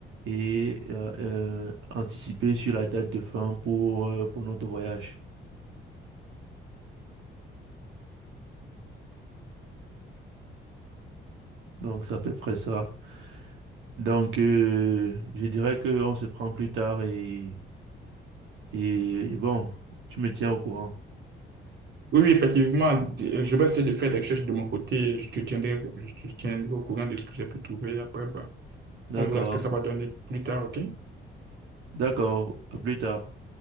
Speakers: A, on the right; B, on the right.
A: et euh, euh, anticiper sur la date de fin pour, euh, pour notre voyage. Donc, c'est à peu près ça. Donc, euh, je dirais qu'on se prend plus tard et, et bon, tu me tiens au courant.
B: Oui, oui, effectivement, d- je vais essayer de faire des recherches de mon côté. Je te tiendrai, je te tiendrai au courant de ce que j'ai pu trouver après. bah,
A: D'accord.
B: on verra ce que ça va donner plus tard, OK?
A: D'accord. À plus tard.